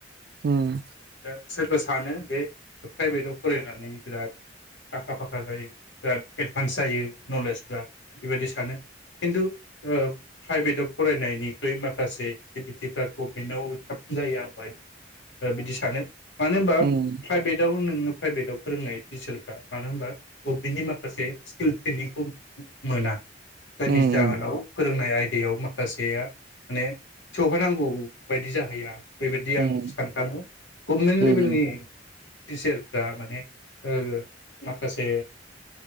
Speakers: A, on the right (about 55°); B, on the left (about 70°).
A: उम
B: दा सोरबा सानो बे प्राइभेटाव फरायनानै बिराद आखा फाखा जायो बिराद एडभान्स जायो। नलेजफ्रा बेबायदि सानो खिन्थु ओ प्राइभेटाव फरायनायनिख्रुइ माखासे एक्टिभिटिफ्रा गभनमेन्टाव साबसिन जायो आं बाहाय बिदि सानो। मानो होनबा
A: उम
B: प्राइभेटआव नोङो प्राइभेटाव फोरोंनाय टिचारफ्रा मानो होनबा गभमेन्टनि माखासे स्किल ट्रेनिंखौ मोना। जायनि
A: उम
B: जाहोनाव फोरोंनाय आयदायाव माखासेया माने सौहानांगौ बायदि जाहैया बेबायदि आं
A: उम
B: सानखाङो गभमेन्ट
A: उम
B: लेभेलनि टिचारफ्रा माने ओ माखासे